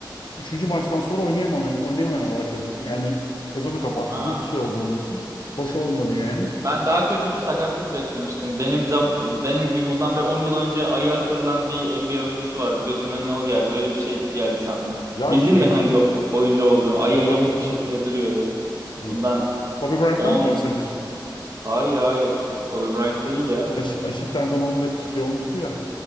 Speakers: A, on the left; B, on the right.
A: üçüncü maçtan sonra oynayamamaya, oynayamamaya başladı. Yani sezonu kapattı
B: Aa,
A: gibi bir şey oldu onun için. Hoş
B: ş-
A: olmadı yani.
B: ben daha kötü bir sakatlık beklemiştim. Benim zam benim bir bundan bir 10 yıl önce ayağı kırılan bir NBA oyuncusu vardı. Gözümün önüne o geldi. Öyle bir şey geldi sandım.
A: Ya
B: Bildin
A: şey,
B: mi hangi
A: mı?
B: o- oyuncu olduğunu? Ayağı
A: ay
B: yamuk
A: hakikaten.
B: bir şekilde duruyordu.
A: Hı.
B: Bundan
A: Kobe Bryant'tan
B: 10
A: mı bahsediyorsun?
B: Hayır hayır. Kobe Bryant değil ya.
A: Aş Aşil tendonunda şey olmuştu ya